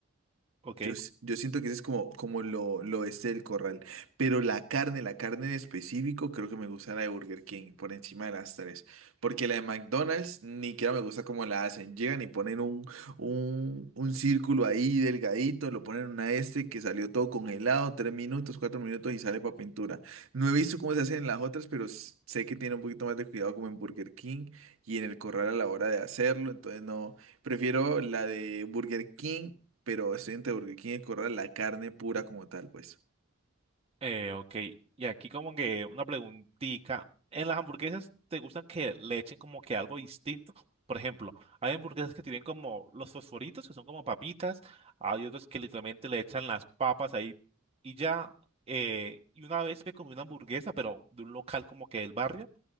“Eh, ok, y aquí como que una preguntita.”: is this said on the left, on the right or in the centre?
Right